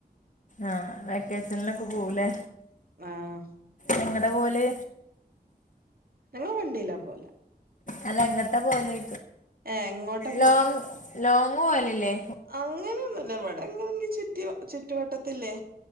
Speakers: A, on the left (about 55°); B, on the right (about 65°).
A: ആഹ വെക്കേഷനിലൊക്കെ പോവലേ
B: ആഹ്
A: നിങ്ങളടെ പോലെ
B: ഞങ്ങള വണ്ടിയിലാ പോല
A: അല്ല എങ്ങത്തെ പോയെ
B: ഏഹ് എങ്ങോട്ടാ
A: ലോങ് ലോങ്ങ് പോലല്ലേ
B: അങ്ങനെയൊന്നുംല്ല എവിടെ എങ്കെ ചുറ്റി ചുറ്റുവട്ടത്തില്ലേ